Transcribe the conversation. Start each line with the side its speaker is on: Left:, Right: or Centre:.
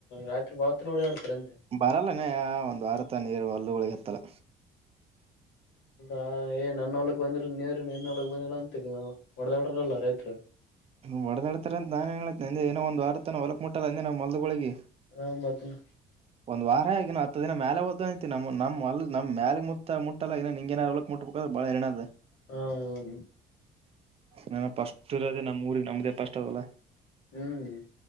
Left: ರಾತ್ರಿ ಬೆಳ ತನ ಓಡಾಡ್ತರೆ ಏನ್ ಲೇ
Right: ಬರಲ್ಲನ ಯ ಒಂದ್ ವಾರತನ ನೀರು ಹೊಲ್ಲುಗಳಿಗೆ ಎತ್ತಲ್ಲ
Left: ಅ ಏ ನನ್ನ ಹೊಲಕ್ಕ ಬಂದಿಲ್ಲ ನೀರು ನಿನ್ನ ಹೊಲಕ್ಕ ಬಂದಿಲ್ಲ ಅಂತ ಹೊಡೆದಾಡ್ರೋಲ್ಲ ರೈತರು
Right: ಹೊಡದಾಡತಾರ್ ಅಂತ ನಾನ್ ಹೇಳತನ ಏನೋ ಏನೋ ಒಂದು ವಾರತನ ಹೊಲಕ್ ಮುಟ್ಟಲ್ಲ ಅಂದ ನ ಹೊಲ್ದುಗಳಿಗೆ
Left: ಹುಂ ಮತ್ತೆ <unintelligible>
Right: ಒಂದ್ ವಾರ ಆಗಿ ಇನ್ನ ಹತ್ತು ದಿನ ಮೇಲೆ ಉದ್ದ ಐತಿ ನಮ್ಮ <unintelligible> ಹೊಲ್ದ ಮುುತ್ತ ಮುಟ್ಟಲ್ಲಂಗನ <unintelligible> ನಿನ್ ಮುಟ್ಟಬೇಕದರ ಬಾಳ ಹೈರಾನ್ ಅದ
Left: ಹಾ ಹೌದು
Right: ನಾ ಪಸ್ಟ್ ಇರೋದೆ ನಮ್ಮ್ ಊರಿಗೆ ನಮ್ದೇ ಪಸ್ಟ್ ಅದೇ ಹೋಲಾ
Left: ಹ್ಮ್